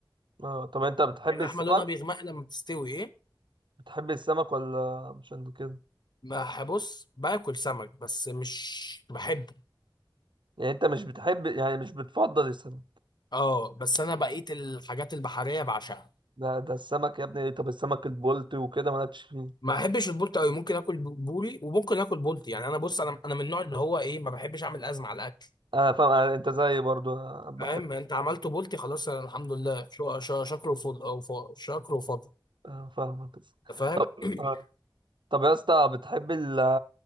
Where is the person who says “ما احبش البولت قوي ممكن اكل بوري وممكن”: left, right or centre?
Left